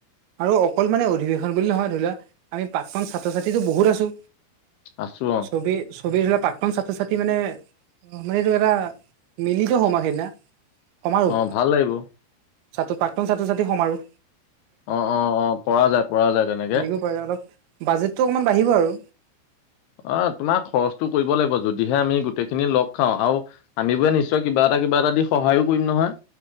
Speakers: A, on the right; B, on the left.
A: আৰু অকল মানে অধিৱেশন বুলি নহয়, ধৰি লোৱা আমি পাক্তন ছাত্ৰ-ছাত্ৰীটো বহুত আছো।
B: আছো অ'
A: ছবেই ছবেই ধৰি লোৱা, প্ৰাক্তন ছাত্ৰ- ছাত্ৰী মানে অ', মানে এইটো এটা মিলিত হম আৰু সেইদিনা। সমাৰোহ,
B: অ ভাল লাগিব
A: সাত প্ৰাক্তন ছাত্ৰ-ছাত্ৰী সমাৰোহ।
B: অ', অ', অ', পৰা যায় পৰা যায় তেনেকে।
A: তেনেকেও পাৰে অলপ বাজেটটো অকণমান বাঢ়িব আৰু
B: অ', তোমাৰ খৰচটো কৰিব লাগিব, যদিহে আমি গোটেইখিনি লগ খাওঁ। আৰু আমি বোৰে নিশ্চয় কিবা এটা কিবা এটা দি সহায়ো কৰিম নহয়?